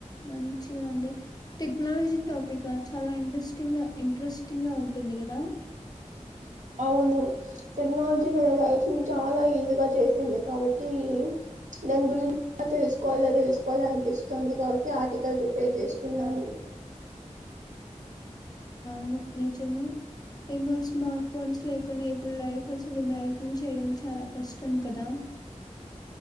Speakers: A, on the left; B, on the right.
A: మంచిగా అండి టెక్నాలజీ టాపిక్ చాలా ఇంట్రెస్టింగ్ గా ఇంట్రెస్టింగ్ గా ఉంటుంది కదా
B: అవును టెక్నాలజీ మన లైఫ్ ని చాల ఈజీగ చేసింది కాబట్టి దాని గురించి తెలుసుకోవాలా తెలుసుకోవాల అనిపిస్తుతోంది కాబట్టి ఆర్టికల్ ప్రిపేర్ చేస్తున్నాను
A: ఉ నిజమె ఇంకా స్మార్ట్ ఫోన్స్ లేకుండ ఇప్పుడు లైఫ్ అసలు ఇమాజిన్ చేయడం చాల కష్టం కదా